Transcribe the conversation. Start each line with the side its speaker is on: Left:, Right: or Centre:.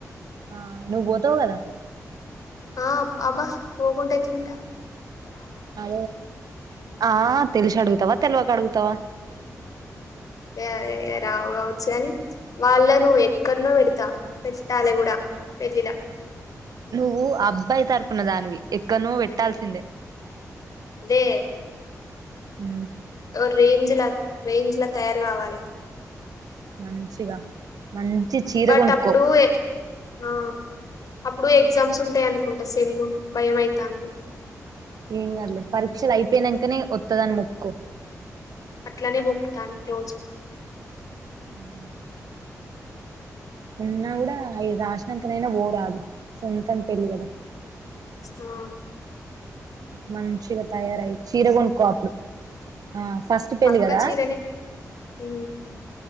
Right: ఆ నువ్వు పోతావు కదా
Left: ఆ అబ్బా వగుగుంటయితింట
Right: అ ఆ తెల్సు అడుగుతావా తెల్వ అడుగుతావా
Left: ఏ రావు కావచ్చు కాని వాళ్ళ నువ్వు ఎక్కడనో పెడతా పెట్టాలి కూడా పెళ్ళిళ
Right: నువ్వు అబ్బాయి తరఫున దానివి ఎక్కన పెట్టాల్సిందే
Left: అదే
Right: హ
Left: ఓ రేంజ్ల రేంజ్లా తయారు కావాలే
Right: మంచిగా మంచి చీర
Left: బట్
Right: కొనుక్కో
Left: అప్పుడు ఆ అప్పుడు ఎగ్జామ్స్ ఉంటాయి అనుకుంటా సెమ్ము భయం అయితంది
Right: ఏం కాదలే పరీక్షలు అయిపోయినంకనే వత్తదని మొక్కుకో
Left: అట్లనే మొక్కుతన్న రోజు
Right: ఉహు ఉన్నా కూడా అయి రాషి సినంకనైన పోరాదు సొం తం పెళ్ళి కదా
Left: ఆ
Right: మం చిగ తయారయ్యి చీర కొనుకో అప్పుడు ఆ ఫస్ట్ పెళ్ళి
Left: పక్కా
Right: కదా
Left: చీరనే హ్